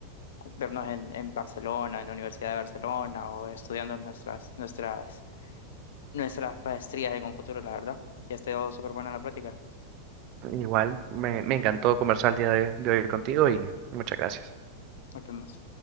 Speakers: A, on the left; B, on the right.
A: cu- vernos en, en Barcelona, en la Universidad de Barcelona o estudiando nuestras, nuestras, nuestras maestrías en un futuro, la verdad. Ya ha estado súper buena la plática.
B: Igual, me, me encantó conversar el día de de hoy contigo y muchas gracias.
A: Nos vemos.